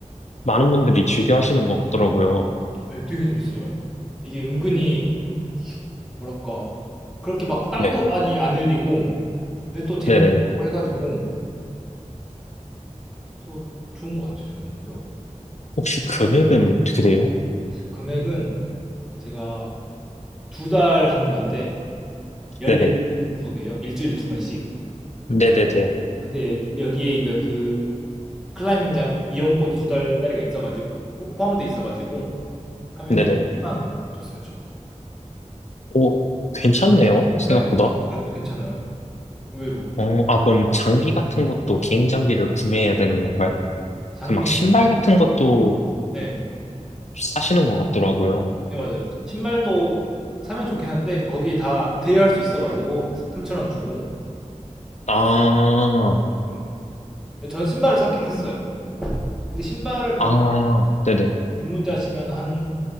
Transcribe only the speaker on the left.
많은 분들이 즐겨 하시는 것 같더라고요.
네,
네네.
혹시 금액은 어떻게 돼요?
네네,
네네네,
네네.
오, 괜찮네요. 생각보다.
어, 아, 그럼 장비 같은 것도 개인 장비를 구매해야 되는 건가요?
그 막 신발 같은 것도
사시는 것 같더라고요.
아,
아, 네네.